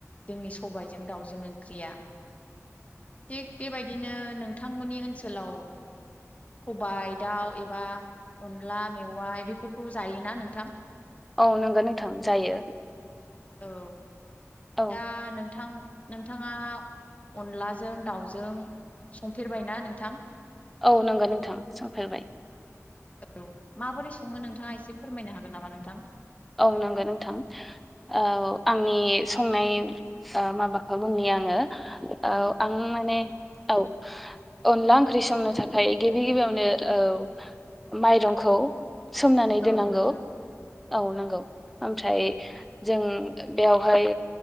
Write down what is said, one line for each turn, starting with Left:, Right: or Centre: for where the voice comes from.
Left: जोंनि सबायजों दाउजों ओंख्रिया थिग बेबायदिनो नोंथांमोननि ओनसोलाव सबाय दाउ एबा अनला मेवाय बेफोरखौ जायोना नोंथां?
Centre: औ नंगौ नोंथां जायो
Left: औ
Centre: औ
Left: दा नोंथां नोंथाङा अनलाजों दाउजों संफेरबायना नोंथां?
Centre: औ नंगौ नोंथां संफेरबाय
Left: औ माबोरै सङो नोंथाङा एसे फोरमायनो हागोन नामा नोंथां?
Centre: औ नंगौ नोंथां औ आंनि संनाय ओ माबाखौ बुंनि आङो औ आं माने औ अनला ओंख्रि संनो थाखाय गिबि गिबियावनो औ माइरंखौ सोमनानै दोनांगौ
Left: औ नोंथां
Centre: औ नांगौ ओमफ्राय जों बेवहाय